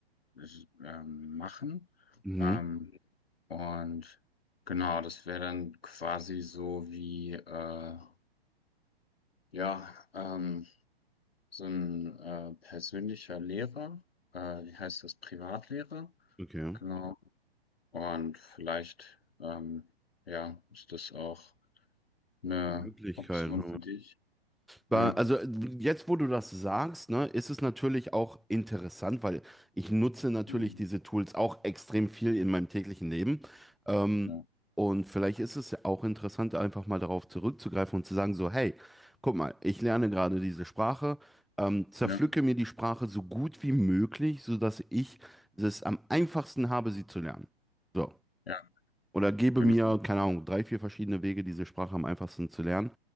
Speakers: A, on the left; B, in the centre.
A: s- ähm, machen?
B: Mhm.
A: Ähm, Und genau, das wäre dann quasi so wie, äh, ja, ähm, so ein äh, persönlicher Lehrer. Äh, wie heißt das? Privatlehrer.
B: Okay,
A: Genau. Und vielleicht, ähm, ja, ist das auch eine
B: Möglichkeit.
A: Option für dich.
B: Da-
A: Ja,
B: Also jetzt, wo du das sagst, ne, ist es natürlich auch interessant, weil ich nutze natürlich
A: Mhm.
B: diese Tools auch extrem viel in meinem täglichen Leben. Ähm,
A: ja,
B: und vielleicht ist es ja auch interessant, einfach mal darauf zurückzugreifen und zu sagen, so, hey, guck mal, ich lerne gerade diese Sprache, ähm, zerpflücke
A: ja,
B: mir die Sprache so gut wie möglich, sodass ich es am einfachsten habe, sie zu lernen. So
A: ja,
B: oder gebe
A: genau.
B: mir, keine Ahnung, drei, vier verschiedene Wege, diese Sprache am einfachsten zu lernen.